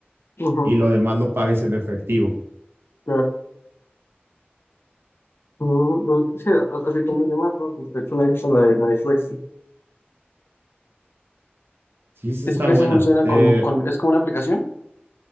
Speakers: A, on the left; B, on the right.
A: ujú,
B: y lo demás lo pagues en efectivo.
A: claro. Mm, no, sí, a- así conviene más, ¿no? Pues, de hecho, no he visto la de, la de Flexi.
B: Sí, sí
A: ¿Eso,
B: está
A: eso
B: buena.
A: funciona
B: Te...
A: con, con, es como una aplicación?